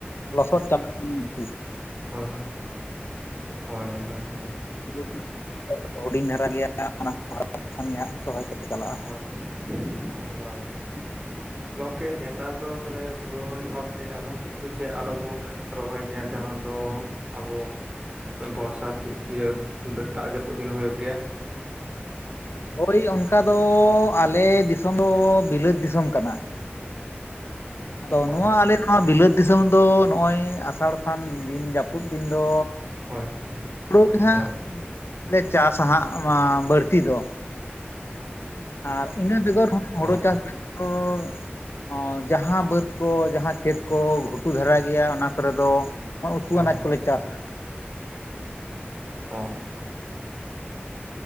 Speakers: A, on the left (about 75°); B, on the right (about 25°).
A: ᱞᱚᱥᱚᱫ ᱪᱟᱞᱩᱜ <unintelligible> ᱟᱨᱠᱤ,
B: ᱦᱩᱸ ᱦᱩᱸ ᱦᱳᱭ ᱦᱳᱭ ᱩᱸ ᱩᱸ
A: <unintelligible> ᱦᱩᱰᱤᱧ ᱫᱷᱟᱨᱟ ᱜᱮᱭᱟ <unintelligible> ᱦᱟᱸᱜ ᱨᱚᱦᱚᱭ ᱠᱚᱫᱚ ᱪᱟᱞᱟᱜᱼᱟ
B: <unintelligible> ᱜᱚᱝᱠᱮ ᱱᱮᱛᱟᱨ ᱫᱚ ᱛᱟᱦᱚᱞᱮ ᱦᱩᱲᱩ ᱨᱚᱦᱚᱭ ᱥᱟᱶᱛᱮ ᱮᱢᱚᱱ ᱠᱤᱪᱷᱩ ᱪᱮᱫ ᱟᱨ ᱟᱵᱚ ᱨᱚᱦᱚᱭ ᱜᱮᱭᱟ ᱡᱟᱦᱟᱸ ᱫᱚ ᱟᱵᱚ ᱵᱚᱨᱥᱟ ᱫᱤᱱ ᱤᱭᱟ ᱫᱟᱜ ᱡᱟᱹᱯᱩᱫ ᱫᱤᱱ ᱦᱩᱭᱩᱜ ᱜᱮᱭᱟ ᱾
A: ᱦᱳᱭ ᱚᱱᱠᱟ ᱫᱚ ᱟᱞᱮ ᱫᱤᱥᱚᱢ ᱫᱚ ᱵᱤᱞᱟᱹᱛ ᱫᱤᱥᱚᱢ ᱠᱟᱱᱟ ᱾ ᱟᱫᱚ
B: ᱦᱳᱭ
A: ᱱᱚᱣᱟ ᱟᱞᱮ ᱱᱚᱣᱟ ᱵᱤᱞᱟᱹᱛ ᱫᱤᱥᱚᱢ ᱫᱚ ᱱᱚᱜᱼᱚᱭ ᱟᱥᱟᱲ ᱥᱟᱱ ᱫᱤᱱ ᱡᱟᱹᱯᱩᱫ ᱫᱤᱱ ᱫᱚ
B: ᱦᱳᱭ
A: ᱦᱩᱲᱳ ᱜᱮ ᱦᱟᱸᱜ
B: ᱦᱳᱭ
A: ᱞᱮ ᱪᱟᱥᱟ ᱦᱟᱸᱜ ᱵᱟᱹᱲᱛᱤ ᱫᱚ, ᱟᱨ ᱤᱱᱟᱹ ᱵᱮᱜᱚᱨ ᱦᱚᱸ
B: ᱚ
A: ᱦᱩᱲᱩ ᱪᱟᱥ ᱵᱮᱜᱚᱨ ᱦᱚᱸ ᱡᱟᱦᱟᱸ ᱵᱟᱹᱫᱽ ᱠᱚ ᱡᱟᱦᱟᱸ ᱠᱷᱮᱛ ᱠᱚ ᱜᱷᱩᱴᱩ ᱫᱷᱟᱨᱟ ᱜᱮᱭᱟ ᱚᱱᱟ ᱠᱚᱨᱮ ᱫᱚ ᱚᱱᱮ ᱩᱛᱩ
B: ᱦᱳᱭ
A: ᱟᱱᱟᱡ ᱠᱚᱞᱮ ᱪᱟᱥ
B: ᱚ